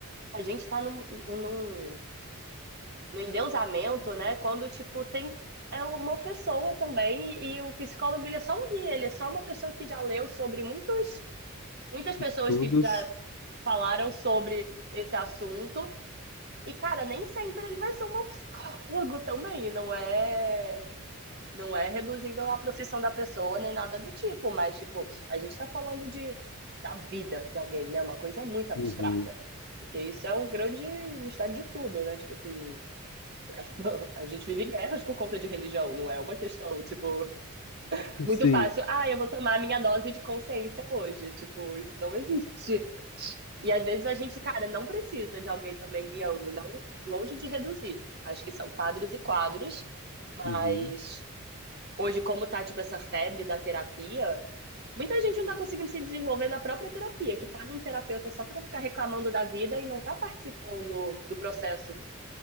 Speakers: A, on the right; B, on the left.
A: A gente tá num, num no endeusamento, né? Quando, tipo, tem é uma pessoa também, e o psicólogo ele é só um guia, ele é só uma pessoa que já leu sobre muitos, muitas pessoas
B: Estudos.
A: que já falaram sobre esse assunto. E, cara, nem sempre ele vai ser um bom psicólogo também, não é. Não é reduzindo a profissão da pessoa nem nada do tipo, mas, tipo, a gente tá falando de, da vida de alguém, né? Uma coisa muito abstrata.
B: Uhum.
A: Porque isso é o grande mistério de tudo, né? Tipo assim, <laughs> Tipo, A gente vive guerras por conta de religião, não é uma questão, tipo, muito
B: Sim.
A: fácil. Ah, eu vou tomar a minha dose de consciência hoje. Tipo, isso não existe. E às vezes a gente, cara, não precisa de alguém também guiando, não longe de reduzir. Acho que são quadros e quadros, mas
B: Uhum.
A: hoje, como tá, tipo, essa febre da terapia, muita gente não tá conseguindo se desenvolver na própria terapia, que paga um terapeuta só pra ficar reclamando da vida e não tá participando do processo